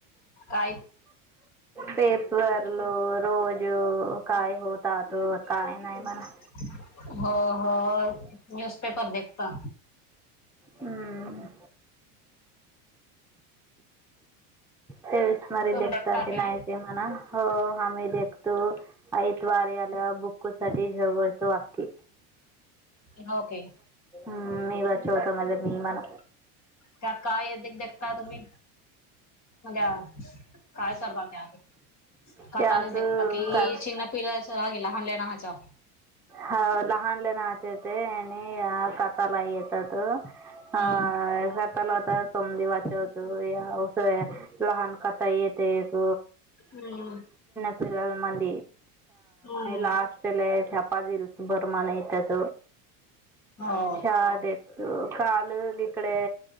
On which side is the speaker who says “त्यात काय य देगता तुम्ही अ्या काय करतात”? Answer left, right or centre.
Left